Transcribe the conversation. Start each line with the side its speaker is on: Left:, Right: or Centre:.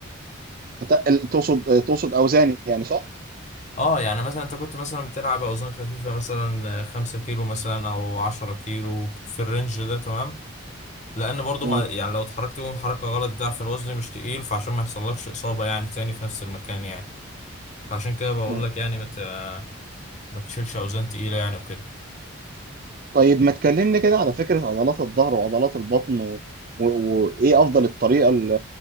Right: أت- تقصد تقصد اوزاني يعني صح؟
Left: اه يعني مثلا انت كنت مثلا بتلعب اوزان خفيفه مثلا آه، خمسة كيلو مثلا او عشرة كيلو في الرينج ده تمام لان برضو
Right: مم.
Left: ما يعني لو اتحركت يوم حركه غلط ضعف الوزن مش تقيل فعشان ما يحصلكش اصابه يعني تاني في نفس المكان يعني فعشان كده بقول
Right: مم.
Left: لك يعني ما ت- ما تشيلش اوزان تقيله يعني وكده
Right: طيب ما تكلمني كده على فكرة عضلات الظهر وعضلات البطن و... و... وإيه أفضل الطريقة ل...